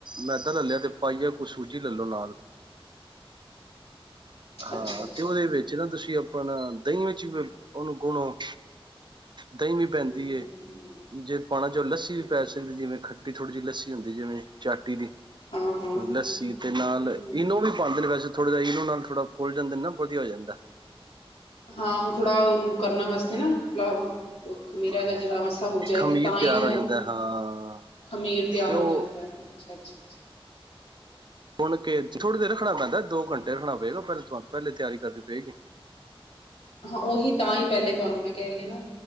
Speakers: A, on the right; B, on the left.
A: ਮੈਦਾ ਲੈ ਲਿਆ ਤੇ ਪਾਈਆ ਕੁ ਸੂਜੀ ਲੈ ਲੋ ਨਾਲ
B: ਅੱਛਾ
A: ਹਾਂ
B: ਅੱਛਾ
A: ਤੇ ਉਹਦੇ ਵਿਚ ਨਾ ਤੁਸੀ ਆਪਣਾ ਦਹੀ ਵਿਚ ਉਹਨੂੰ ਗੁਨੋ ਦਹੀਂ ਵੀ
B: ਹਮ
A: ਪੈਦੀ
B: ਹਮ
A: ਐ।
B: ਹਮ
A: ਜੇ ਪਾਣਾ ਚਾਹੋ ਲੱਸੀ
B: ਹਾਂ
A: ਵੀ ਪੈ ਸਕਦੀ ਜਿਵੇ ਖੱ ਥੋੜ੍ਹੀ ਜਿਹੀ ਲੱਸੀ ਹੁੰਦੀ ਏ, ਜਿਵੇ ਚਾਟੀ ਦੀ
B: ਹਾਂ ਹਾਂ ਹੂੰ
A: ਲੱਸੀ
B: ਹੂੰ
A: ਤੇ ਨਾਲ
B: ਹੂੰ
A: ਇਨੂੰ ਵੀ ਪਾਂਦੇ ਨੇ ਵੈਸੇ ਥੋੜ੍ਹੇ ਜਹੇ ਇਨੂੰ ਨਾਲ ਥੋੜਾ ਫੁੱਲ ਜਾਦੇ ਨਾ ਵਧੀਆ ਹੋ ਜਾਦਾ।
B: ਹਾਂ ਉਹ ਥੋੜਾ ਕਰਨਾ ਵਾਸਤੇ ਨਾ ਆਟਾ ਖਮੀਰਾ
A: ਹਾਂ
B: ਜਾਂ ਹੋ ਜਾਏ
A: ਖਮੀਰ
B: ਤੇ ਤਾਂ ਹੀ
A: ਤਿਆਰ
B: ਉਹ
A: ਹੋ ਜਾਂਦਾ ਹਾਂ
B: ਖਮੀਰ ਤਿਆਰ
A: ਤੇ ਉਹ
B: ਹੋ ਜਾਦਾ ਏ, ਅੱਛਾ-ਅੱਛਾ।
A: ਗੁੰਨ ਕੇ ਥੋੜੀ ਦੇਰ ਰੱਖਣਾ ਪੈਂਦਾ, ਦੋ ਘੰਟੇ ਰੱਖਣਾ ਪਏਗਾ ਪਹਿਲ ਤੁਹਾਨੂੰ ਪਹਿਲੇ ਤਿਆਰੀ ਕਰਨੀ ਪਏਗੀ।
B: ਹਾਂ ਉਹੀ ਤਾਂ ਹੀ ਪਹਿਲੇ ਤੁਹਾਨੂੰ ਮੈਂ ਕਹਿ ਰਹੀ ਹਾਂ ਨਾ,